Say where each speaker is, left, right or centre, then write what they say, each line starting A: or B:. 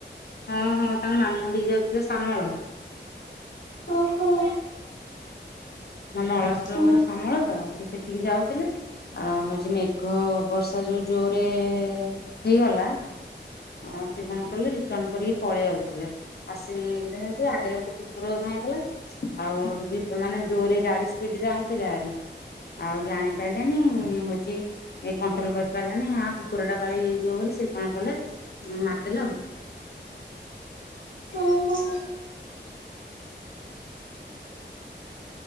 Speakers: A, on the left; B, on the left.
A: ହଁ ହଁ ତାଙ୍କ ମାମୁଁ ଘଡିକି ଯାଉଥିଲେ ଶାମଳ।
B: ଓହୋ।
A: ଆ ମଳସର
B: ହୁଁ
A: ଘର ସାମଳ ତ ସେ ସେଠିକି ଯାଉଥିଲେ ଆ ହଉଛି ମେଘ ବର୍ଷ ତା ଯୋଉ ଜୋରେ ହେଇଗଲା ଆଉ ସେ କଣ କିଲ ରିଟର୍ଣ କରିକି ପଳେଇ ଆଉଥିଲେ। ଆସ ଆଗରେ ଗୋଟେ କୁକୁର ଯାଇଁଗଲା ଆଉ ଯ ମାନେ ଜୋରରେ ଗାଡି ସ୍ପିଡି ରେ ଆଣିଥିଲା ଗାଡ଼ି ଆଉ ଜାଣି ପାରିଲାନି ହଉଛି ଏ କଣ୍ଟ୍ରୋଲ କରି ପାରିଲାନି ହା କୁକୁର ଟା କାଳେ ହେଇଯିବ ବୋଲି ସେ କଣ କଲେ ମାରିଦେଲେ ଆଉ।
B: ଓହୋ।